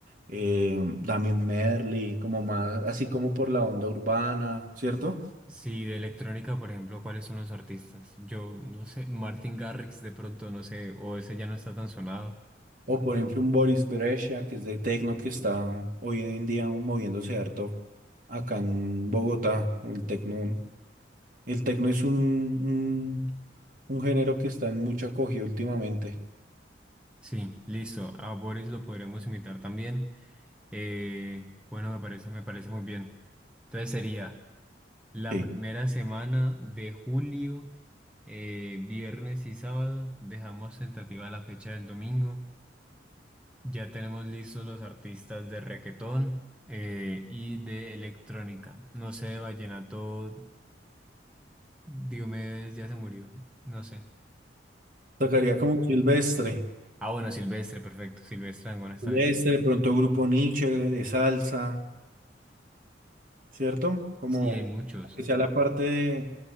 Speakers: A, on the right; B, in the centre.
A: eh, Damian Merly, como más, así como por la onda urbana, ¿cierto?
B: Sí, de electrónica, por ejemplo, ¿cuáles son los artistas? Yo no sé, Martin Garrix de pronto, no sé, o ese ya no está tan sonado.
A: O por ejemplo un Boris Beresia, que es de techno, que está hoy en día moviéndose harto acá en Bogotá, el techno. El tecno es un, un, un género que está en mucho acogido últimamente.
B: Sí, listo. A Boris lo podremos imitar también. Eh, bueno, me parece, me parece muy bien. Entonces sería la
A: Sí.
B: primera semana de julio, eh, viernes y sábado. Dejamos tentativa la fecha del domingo. Ya tenemos listos los artistas de reggaetón eh, y de electrónica. No sé, de vallenato, Diomedes ya se murió. No sé.
A: Tocaría como Silvestre.
B: Ah, bueno, Silvestre, perfecto. Silvestre Dangond está
A: Silvestre,
B: bien.
A: de pronto Grupo Nietzsche, de salsa, ¿cierto? Como
B: Sí, hay muchos.
A: que sea la parte de,